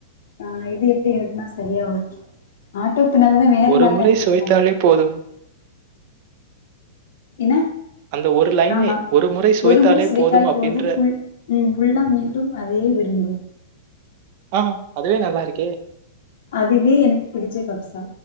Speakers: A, on the left (about 55°); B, on the right (about 35°).
A: ஆ இது எப்டி எழுதுனா சரியா வரு ஆ ட்டோ பின்னாலதா வேற
B: ஒரு
A: மாரில்லா
B: முறை
A: எழுதிருப்பாங்களே
B: சுவைத்தாலே போதும்.
A: என்ன
B: அந்த ஒரு லைனே
A: ஆமா
B: ஒரு முறை சுவைத்தாலே
A: ஒரு முறை சுவைத்தால்
B: அப்படின்ற
A: போதும் உள் ம் உள்ளம் மீண்டும் அதயே விரும்பும்
B: ஆ அதுவே நல்லா இருக்கே
A: அதுவே எனக்கு பிடிச்ச கப்சா